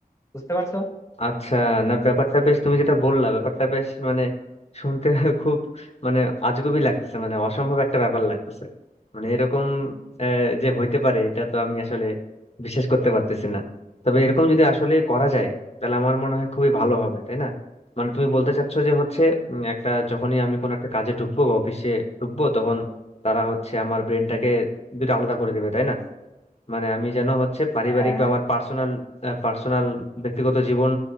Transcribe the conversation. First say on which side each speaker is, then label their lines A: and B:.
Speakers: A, on the left; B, on the left.
A: বুঝতে পারছো
B: আচ্ছা না ব্যাপারটা বেশ তুমি যেটা বললা ব্যাপারটা বেশ মানে শুনতে <laughs> খুব মানে আজগুবি লাগতেছে মানে অসম্ভব একটা ব্যাপার লাগতেছে মানে এরকম আহ, যে হইতে পারে এটা তো আমি আসলে বিশ্বাস করতে পারতেছি না তবে এরকম যদি আসলে করা যায় তাহলে আমার মনে হয় খুবই ভালো হবে তাই না মানে তুমি বলতে চাচ্ছো যে হচ্ছে উম, একটা যখনই আমি কোনো একটা কাজে ঢুকবো বা অফিসে ঢুকবো তখন তারা হচ্ছে আমার ব্রেনটাকে দুটো আলাদা করে দিবে তাই না মানে আমি যেন হচ্ছে পারিবারিক
A: হ্যাঁ
B: বা আমার পার্সোনাল পার্সোনাল ব্যক্তিগত জীবন